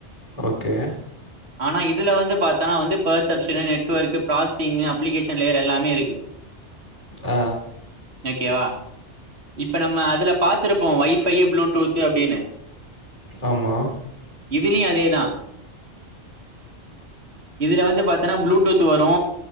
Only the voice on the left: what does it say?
ஓகே
ஆ
ஆமா